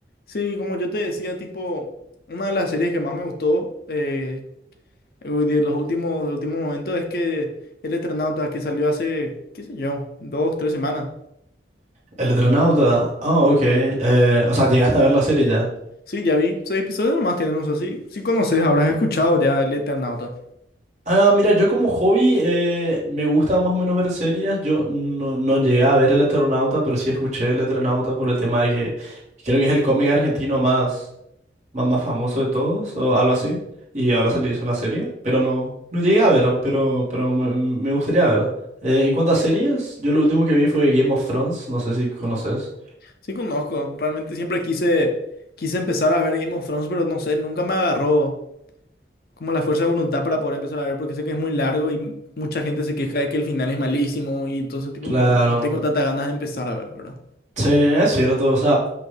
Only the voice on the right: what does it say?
El Eternauta. Ah, ok. Eh, o sea, llegaste a ver la serie ya.
Ah, mira, yo como hobby eh, me gusta más o menos ver series. Yo no, no llegué a ver el Eternauta, pero sí escuché el Eternauta por el tema de que creo que es el cómic argentino más, más, más famoso de todos o algo así. Y ahora se le hizo la serie, pero no, no llegué a ver, pero, pero me, me gustaría ver. Eh, en cuanto a series, yo lo último que vi fue Game of Thrones, no sé si conoces.
Claro.
Sí, es cierto, o sea...